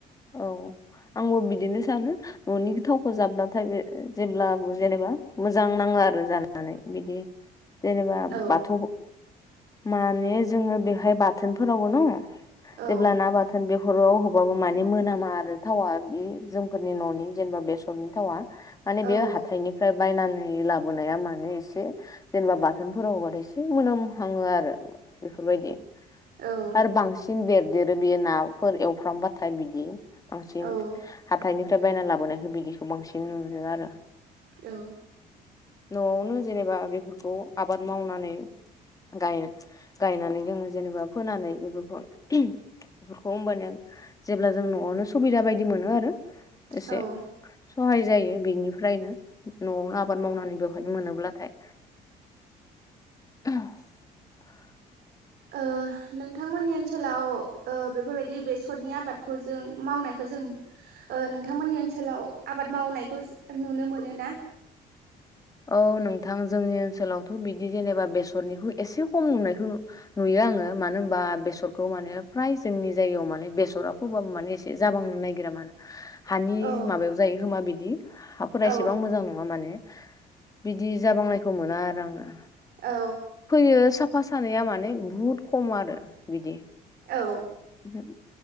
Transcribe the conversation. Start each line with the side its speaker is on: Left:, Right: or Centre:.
Left: औ आंबो बिदिनो सानो न'नि थावखौ जाब्लाथाय बे जेब्ला जेनेबा मोजां नाङा आरो जानानै बिदि जेनेबा
Right: आरो आङो औ
Left: बाथौ माने जोङो बेहाय बाथोनफोरावबो न
Right: औ
Left: जेब्ला ना बाथोन बेफोराव होबबाबो माने माने मोनामा आरो थावा बे जोंफोरनि न'नि जेनेबा बेसरनि थावा माने
Right: औ
Left: बेयो हाथाइनिफ्राय बायनानै लाबोनाया माने एसे जेनेबा बाथोनफोरावबथाय एसे मोनामहाङो आरो बेफोरबायदि
Right: औ
Left: आरो बांसिन बेरदेरो बेयो नाफोर एवफ्रामबाथाय बिदि बांसिन
Right: औ
Left: हाथथायनिफ्राय बायना लाबोनायखौ बिदिखौ बांसिन नुयो आरो
Right: औ
Left: न'आवनो जेनेबा बेफोरखौ आबाद मावनानै गाय गायनानै जोङो जेनेबा फोनानै बेफोरखौ बेफोरखौ होमबानया जेब्ला जों न'आवनो सुबिदा बायदि मोनो आरो एसे
Right: औ औ
Left: सहाय जायो बिनिफ्रायनो न'आवनो आबाद मावनानै बेवहायनो मोनोब्लाथाय <unintelligible> <unintelligible>
Right: ओ नोंथांमोननि ओनसोलाव ओ बेफोरबायदि बेसरनि आबादखौ जों मावनाय जों ओ नोंथांमोननि ओनसोलाव आबाद मावनायखौ नुनो मोनो ना
Left: औ नोंथां जोंनि ओनसोलावथ' बिदि जेनेबा बेसरनिखौ एसे खम नुनायखौ नुयो आङो मानो होनबा बेसरखौ माने फ्राय जोंनि जायगायाव माने बेसरा फोबाबो माने एसे जाबांनो नागिर रा हानि
Right: औ
Left: माबायाव जायो खोमा बिदि हाफोरा
Right: औ
Left: एसेबां मोजां नङा माने बिदि जाबांनायखौ मोना आरो आङो
Right: औ
Left: फैयो साफा सानैया माने बहुद खम आरो बिदि
Right: औ
Left: <unintelligible>